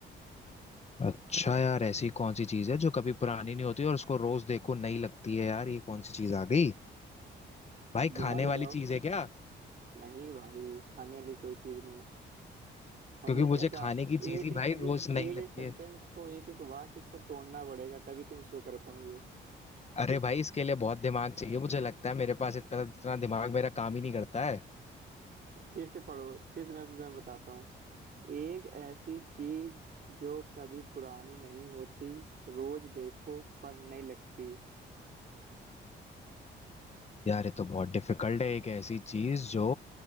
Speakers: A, on the left (about 35°); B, on the right (about 50°).
A: अच्छा यार ऐसी कौन सी चीज है जो कभी पुरानी नहीं होती और उसको रोज देखो नई लगती है यार ये कौन सी चीज आ गई भाई
B: दिमाग
A: खाने वाली
B: लगाओ
A: चीज है क्या
B: नहीं भाई खाने वाली कोई चीज नहीं हमने
A: क्योंकि मुझे
B: क्या कहा
A: खाने की चीज
B: एक
A: ही
B: एक
A: भाई
B: चीज
A: रोज नई
B: एक
A: लगती
B: एक सेंटेंस
A: है
B: को एक एक वाक्य इसको तोड़ना पड़ेगा तभी तुम इसको कर पाओगे
A: अरे भाई इसके लिए बहुत दिमाग चाहिए मुझे लगता है मेरे पास इतना इतना दिमाग मेरा काम ही नहीं करता है
B: फिर से पढ़ो फिर से मैं मैं बताता हूँ एक ऐसी चीज जो कभी पुरानी नहीं होती रोज देखो पर नहीं लगती
A: यार ये तो बहुत डिफिकल्ट है एक ऐसी चीज जो